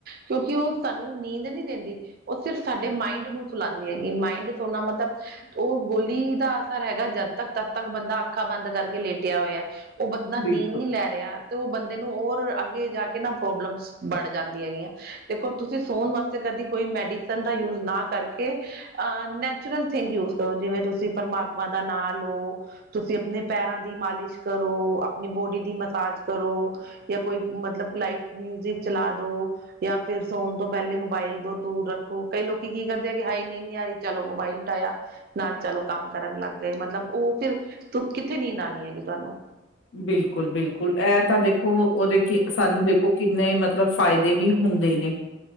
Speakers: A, on the right; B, on the left.
A: ਕਿਉਂਕਿ ਉਹ ਸਾਨੂੰ ਨੀਂਦ ਨਹੀਂ ਦਿੰਦੀ ਉਹ ਸਿਰਫ ਸਾਡੇ ਮਾਇਂੰਡ ਨੂੰ ਸੁਲਾਂਦੀ ਹੈਗੀ। ਮਾਇਂਡ ਸੋਨਾ ਮਤਲਬ ਉਹ ਗੋਲੀ ਦਾ ਅਸਰ ਹੈਗਾ ਜਦ ਤੱਕ ਤਦ ਤੱਕ ਬੰਦਾ ਅੱਖਾਂ ਬੰਦ ਕਰਕੇ ਲੇਟਿਆ ਹੋਇਆ। ਔ ਬਦਾਂ
B: ਬਿਲਕੁਲ
A: ਨੀਂਦ ਨੀ ਲੈ ਰਿਆ ਤੇ ਔ ਬੰਦੇ ਨੂੰ ਔਰ ਅੱਗੇ ਜਾ ਕੇ ਨਾ ਪ੍ਰੋਬਲਮਸ ਬੜ ਜਾਂਦੀ ਹੈਗੀਐਂ, ਦੇਖੋ ਤੁਸੀਂ ਸੋਣ ਵਾਸ ਕਦੀ ਕੋਈ ਮੈਡੀਸਨ ਦਾ ਯੂਜ ਨਾਂ ਕਰਕੇ ਅਹ ਨੈ ਨੈਚੁਰਲ ਥਿੰਗ ਯੂਜ ਕਰੋ ਜਿਵੇਂ ਤੁਸੀਂ ਪ੍ਰਮਾਤਮਾ ਦਾ ਨਾਂ ਲੋ, ਤੁਸੀਂ ਅਪਣੇ ਪੈਰਾਂ ਦੀ ਮਾਲਿਸ਼ ਕਰ ਕਰੋ, ਆਪਣੀ ਬੋਡੀ ਦੀ ਮਸਾਜ ਕਰੋ ਯਾ ਕੋਈ ਮਤਲਬ ਲਾਈਟ ਮਿਊਜਿਕ ਚਲਾ ਦੋ। ਯਾ ਫਿਰ ਸੋਣ ਤੋਂ ਪੈਲੇ ਮੋਬਾਈਲ ਤੋਂ ਦੂਰ ਰੱਖੋ, ਕਈ ਲੋਕੀ ਕੀ ਕਰਦੇ ਆ ਕਿ ਹਾਏ ਨੀਂ ਆਰੀ ਚਲੋ ਮੋਬਾਇਲ ਉਟਾਇਆ ਨਾਲ ਚਲੋ ਕੰਮ ਕਰਨ ਲੱਗ ਗਏ, ਮਤਲਬ ਔ ਫਿਰ ਤੂੰ ਕਿੱਥੇ ਨੀਂਦ ਆਣੀ ਹੈਗੀ ਤੁਹਾਨੂੰ।
B: ਬਿਲਕੁਲ ਬਿਲਕੁਲ ਐ ਤਾਂ ਦੇਖੋ, ਔਦੇ ਕੇ ਸਾਨੂੰ ਵੇਖੋ ਕਿੰਨੇ ਮਤਲਬ ਫਾਇਦੇ ਵੀ ਹੁੰਦੇ ਨੇ,